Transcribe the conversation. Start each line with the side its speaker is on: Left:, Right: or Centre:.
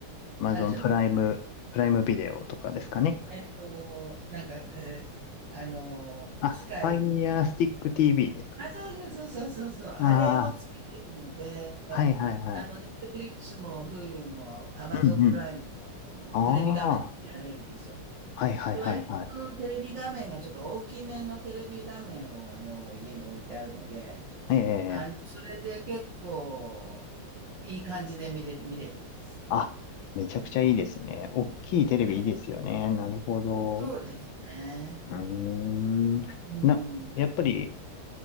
Left: Amazon
Right: あるじゃないですか。
Left: プライム、プライムビデオとかですかね。
Right: えっと、なんか、えーあの、
Left: あ、
Right: 機械みたい
Left: Fire Stick TV ですか。
Right: あ、そうそうそうそうそうそう。あれをつけてるので、
Left: ああー、はいはいはい。
Right: あの、ネットフリックスも、Hulu も、Amazon
Left: うんうん。
Right: プライムも、あのテレビ画面で見られるんですよ。
Left: ああ、はいはいはいはい。
Right: で、割とこのテレビ画面がちょっと大きめのテレビ画面を、あの、家に置いてあるので、
Left: ええ、
Right: あの、それで結構、いい感じで見れ、見れてます。
Left: あ、めちゃくちゃいいですね。大きいテレビいいですよね。
Right: ええ。
Left: なるほど。
Right: そうですね。
Left: うーん。
Right: うん。
Left: な、やっぱり